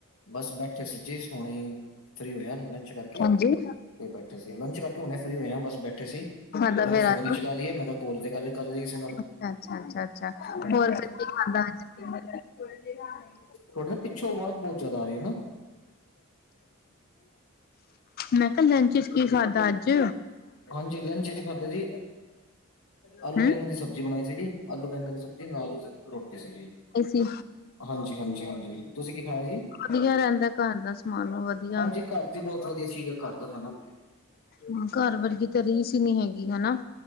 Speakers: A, on the left; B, on the left.
A: ਬਸ ਬੈਠੇ ਸੀਜੀ, ਹੁਣੀ ਫਰੀ ਹੋਏ ਆ ਲੰਚ ਕਰਕੇ।
B: ਹਾਂਜੀ
A: ਤੇ ਬੈਠੇ ਸੀ, ਲੰਚ ਕਰਕੇ ਹੁਣੇੇ ਫ੍ਰੀ ਹੋਏ ਆਂ, ਬਸ ਬੈਠੇ ਸੀ।
B: ਖਾਦਾ
A: ਮੈਂ ਕਿਹਾ
B: ਫੇਰ
A: ਫੋਨ
B: ਅੱਜ
A: ਹੀ ਚਲਾ ਲੀਏ, ਮੈਂ ਕਿਹਾ ਕੋਲ ਤੇ ਗੱਲ ਕਰ ਲੀਏ ਕਿਸੇ ਨਾਲ ਗੱਲ,
B: ਅੱਛਾ ਅੱਛਾ ਅੱਛਾ ਅੱਛਾ
A: ਹਾਂਜੀ-ਹਾਂਜੀ।
B: ਹੋਰ ਫਿਰ ਕੀ <unintelligible>
A: ਥੋਡੇ ਨਾ ਪਿੱਛੋਂ ਆਵਾਜ਼ ਬਹੁਤ ਜ਼ਿਆਦਾ ਆ ਰਹੀ ਐ ਨਾ
B: ਮੈਂ ਕਿਹਾ ਲੰਚ ਚ ਕੀ ਖਾਧਾ ਅੱਜ।
A: ਹਾਂਜੀ ਲੰਚ ਖਾਧਾ ਜੀ, ਆਲੂ
B: ਹੂੰ
A: ਬੈਂਗਨ ਦੀ ਸਬਜ਼ੀ ਬਣਾਈ ਸੀ ਜੀ। ਆਲੂ ਬੈਂਗਣ ਦੀ ਸਬਜ਼ੀ ਨਾਲ ਰੋਟੀ ਸੀ ਜੀ,
B: ਸੀ
A: ਹਾਂਜੀ-ਹਾਂਜੀ-ਹਾਂਜੀ। ਤੁਸੀਂ ਕੀ ਖਾਇਆ ਜੀ,
B: ਵਧੀਆ ਰਹਿੰਦਾ ਘਰ ਦਾ ਸਮਾਨ ਵਧੀਆ
A: ਹਾਂਜੀ ਘਰ ਬਹੁਤ ਵਧੀਆ ਚੀਜ਼ ਐ ਘਰ ਦਾ ਖਾਣਾ।
B: ਹਾਂ ਘਰ ਵਰਗੀ ਤਾਂ ਰੀਸ ਹੀ ਨਹੀਂ ਹੈਗੀ, ਹਨਾ।